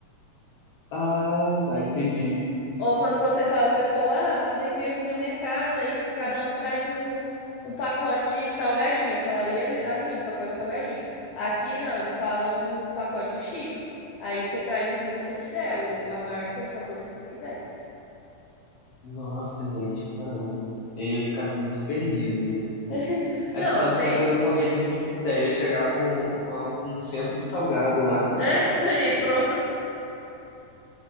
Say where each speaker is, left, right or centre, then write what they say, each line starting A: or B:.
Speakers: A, on the left; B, on the left.
A: Ah, tá, entendi.
B: Ou quando você fala pro pessoal, ah, podem vir aqui na minha casa, aí cada um traz um, um pacote de salgadinho. Eu falaria assim, um pacote de salgadinho. Aqui não, eles falam um pacote de chips. Aí você traz o que você quiser, o, a marca, o sabor que você quiser.
A: Nossa, gente, caramba. Eu ia ficar muito perdido aí.
B: <laughs>
A: Aí
B: Não,
A: você fala,
B: tem.
A: pode trazer o salgadinho que quiser. Eu ia chegar com, com, com um centro de salgado lá.
B: <laughs> aí pronto.